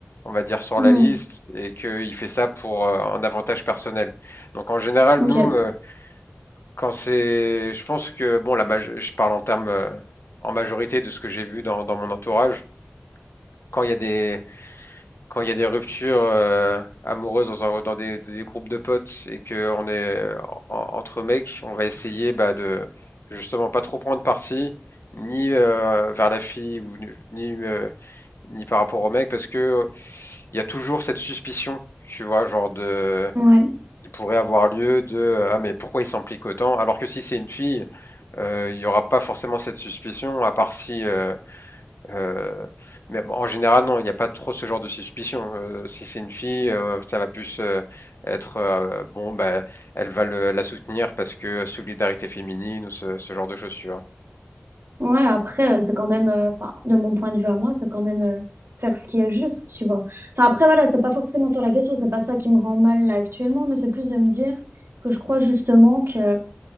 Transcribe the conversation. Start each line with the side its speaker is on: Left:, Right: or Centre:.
Left: on va dire sur
Right: Hmm.
Left: la liste et qu'il fait ça pour euh, un avantage personnel. Donc en général,
Right: Ok.
Left: nous, euh, quand c'est, je pense que bon, la maj- je parle en termes euh, en majorité de ce que j'ai vu dans, dans mon entourage. Quand il y a des quand il y a des ruptures euh, amoureuses dans, un- dans des, des groupes de potes et que on est en- entre mecs, on va essayer bah, de justement pas trop prendre parti ni euh, vers la fille ou ni ni, euh, ni par rapport au mec parce que il y a toujours cette suspicion, tu vois, genre de
Right: Ouais.
Left: Il pourrait avoir lieu de euh, ah mais pourquoi il s'implique autant? Alors que si c'est une fille, euh, il n'y aura pas forcément cette suspicion, à part si. euh, euh, mais bon, en général, non, il n'y a pas trop ce genre de suspicion. Euh, si c'est une fille, euh, ça va plus euh, être euh, bon, bah, elle va le- la soutenir parce que solidarité féminine ou ce, ce genre de choses, tu vois.
Right: Ouais, après, euh, c'est quand même, euh, enfin, de mon point de vue à moi, c'est quand même euh, faire ce qui est juste, tu vois. Enfin, après, voilà, c'est pas forcément tant la question, c'est pas ça qui me rend mal là, actuellement, mais c'est plus de me dire que je crois justement que